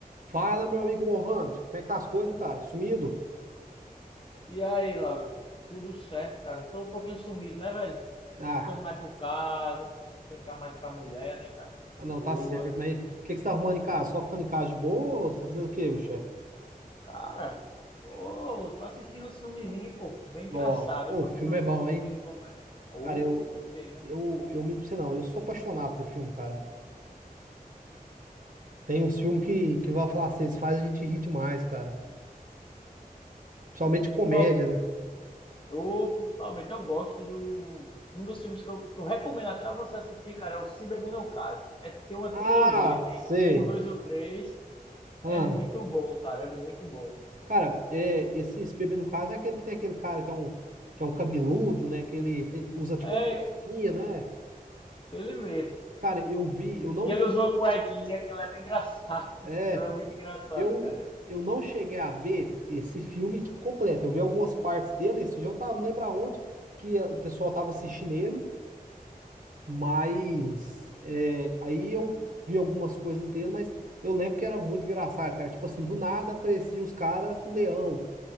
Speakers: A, on the right; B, on the left.
A: Fala, meu amigo Mohamed, como é que tá as coisas, cara? Sumido?
B: E aí, Lauro? Tudo certo, cara. Tô um pouquinho sumido, né, velho?
A: Ah,
B: Tô ficando mais por casa, ficando ca- mais com a mulher, né, cara?
A: ah, não,
B: De boa.
A: tá certo, mas o que que você tá arrumando em casa? Só ficando em casa de boa? ou Você tá fazendo o quê, meu chefe?
B: Cara, tô, tô assistindo um filmezinho, pô, bem engraçado.
A: Ó, ô,
B: Eu gosto
A: o filme
B: de um
A: é bom,
B: filmezinho
A: hein?
B: de comédia. Ou,
A: Cara, eu,
B: com certeza.
A: eu, eu minto pra você não, eu sou apaixonado por filme, cara. Tem uns filmes que, que vai falar assim, eles faz a gente rir demais, cara. Principalmente comédia,
B: Qual?
A: né?
B: Ou, principalmente, eu gosto do... Um dos filmes que eu, que eu recomendo até você assistir, cara, é o Se Beber Não Case. É, tem uma
A: Ah,
B: trilogia, tem
A: sei.
B: um, dois ou três.
A: Ah,
B: É muito bom, cara, é muito bom.
A: cara, é, esse, esse bebê no caso é aquele que tem aquele cara que é um, que é um cabeludo, né? Que ele tem- usa tipo
B: É,
A: uma coisinha, né?
B: ele mesmo.
A: Cara, eu vi, eu não
B: Que
A: vi
B: ele usou uma cuequinha, que ele é bem engraçado.
A: É,
B: <laughs> Ele é muito engraçado,
A: eu,
B: cara.
A: eu não cheguei a ver esse filme tipo, completo. Eu vi algumas partes dele, esse dia eu tava, não lembro aonde, que eh, o pessoal tava assistindo ele, mas é, aí eu vi algumas coisas dele, mas eu lembro que era muito engraçado, cara. Tipo assim, do nada aparecia os caras com leão.